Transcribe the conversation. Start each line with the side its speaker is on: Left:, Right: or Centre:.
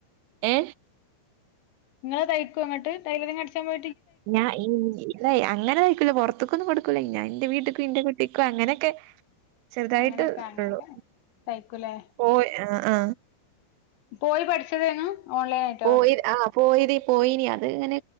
Right: ഏ
Left: ഇങ്ങള് തയ്ക്കോ ങ്ങട്ട് ടൈലറിങ്ങ് പഠിച്ചാൻ
Right: ഞാൻ അങ്ങനെ തയ്ക്കൂല പുറത്തക്കൊന്നും കൊടുക്കൂല ഞാൻ ഇന്റെ വീട്ട്ക്കും ഇന്റെ കു കുട്ടി അങ്ങനെയൊക്കെ ചെറുതായിട്ട്
Left: അങ്ങനെയൊക്കെ അങ്ങനെയൊക്കെ
Right: ഒള്ളു
Left: തയ്ക്കൂലേ
Right: പോയി ആ ആ
Left: പോയി പഠിച്ചതേനു ഓൺലൈൻ ആയിട്ടോ
Right: പോയി ആ പോയിത് പോയിനി അത് ഇങ്ങനെ